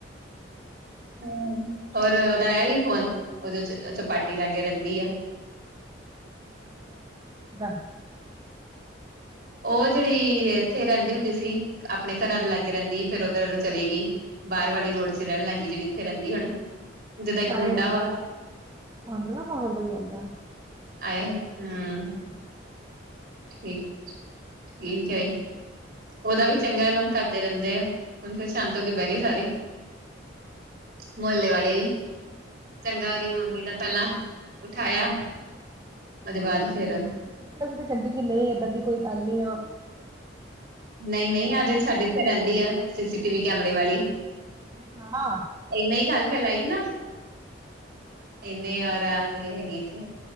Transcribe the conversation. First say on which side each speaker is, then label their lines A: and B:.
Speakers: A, on the right (about 50°); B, on the right (about 20°).
A: ਹਾ, ਹੋਰ ਉਹਦਾ ਆਇਆ ਹੀ ਫੋਨ ਉਹਦੇ ਚ ਉਹ ਚਪਾਟੀ ਲਾਗੇ ਰਹਿੰਦੀ ਆ।
B: ਕਿਦਾ?
A: ਉਹ ਜਿਹੜੀ ਇੱਥੇ ਰਹਿੰਦੀ ਹੁੰਦੀ ਸੀ, ਆਪਣੇ ਘਰਾਂ ਦੇ ਲਾਗੇ ਰਹਿੰਦੀ ਫੇਰ ਉੱਧਰ ਚਲੇ ਗਈ। ਬਾਹਰ ਵਾਲੀ ਰੋਢ ਚ ਰਹਿਣ ਲੱਗਈ ਜਿਹੜੀ ਉੱਥੇ ਰਹਿੰਦੀ ਹੁਣ। ਜਿੱਦਾਂ ਇੱਕ ਮੁੰਡਾ
B: ਆਏ,
A: ਵਾ
B: ਉਹਨਾਂ ਦਾ ਫੋਨ ਵੀ ਇਧਰ ਹੀ ਆਂਦਾ।
A: ਆਇ ਹੂੰ।
B: <inaudible>
A: ਠੀਕ- ਠੀਕ ਹੈਈ। ਉਹਦਾ ਵੀ ਚੰਗਾ ਲੋਕ ਕਰਦੇ ਰਹਿੰਦੇ ਆ, ਹੁਣ ਫਿਰ ਸ਼ਾਂਤ ਹੋ ਕੇ ਬਹਿ ਗਏ ਸਾਰੇ। ਮੁਹੱਲੇ ਵਾਲੇ ਵੀ। ਚੰਗਾ, ਉਹਦੀ ਮੰਮੀ ਦਾ ਪਹਿਲਾਂ ਉਠਾਇਆ ਉਹਦੇ ਬਾਅਦ ਫੇਰ
B: ਅਸੀਂ ਤੇ ਕਹਿੰਦੇ ਕਿ ਨਹੀਂ ਏਦਾਂ ਦੀ ਕੋਈ ਗੱਲ ਨੀ ਆ।
A: ਨਹੀ-ਨਹੀ,
B: ਏਦਾਂ
A: ਆਹ ਜਿਹੜੀ
B: ਹੁੰਦਾ
A: ਸਾਡੇ ਇਥੇ ਰਹਿਦੀ ਆ, ਸੀਸੀ ਟੀਵੀ ਕੈਮਰੇ ਵਾਲੀ।
B: ਅੱਛਾ, ਹਾਂ।
A: ਇੰਹਨੇ ਹੀ ਗੱਲ ਫੈਲਾਈ ਨਾ, ਇਨੇ ਔਰ ਜਿਹੜੀ ਹੈਗੀ। ਇੱਥੇ